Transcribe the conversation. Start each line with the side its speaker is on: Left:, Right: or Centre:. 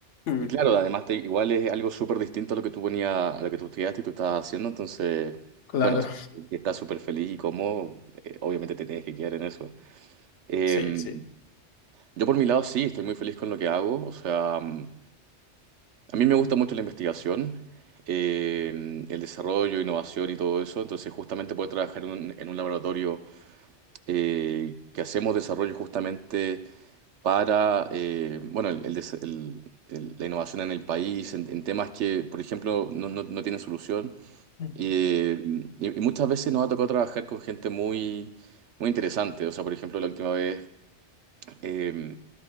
Left: Mm,
Right: y claro, además te- igual es algo súper distinto a lo que tú ponías, a lo que tú estudiaste y tú estabas haciendo, entonces,
Left: claro,
Right: bueno, si estás súper feliz y cómodo, eh, obviamente te tienes que quedar en eso. Eh,
Left: sí, sí.
Right: yo por mi lado sí, estoy muy feliz con lo que hago, o sea... mm, A mí me gusta mucho la investigación, eh, el desarrollo, innovación y todo eso. Entonces, justamente poder trabajar en un, en un laboratorio eh, que hacemos desarrollo justamente para, eh, bueno, el- el des- el- el- la innovación en el país, en, en temas que, por ejemplo, no, no- no tienen solución.
Left: Mm,
Right: Eh, y, y muchas veces nos ha tocado trabajar con gente muy, muy interesante. O sea, por ejemplo, la última vez, eh,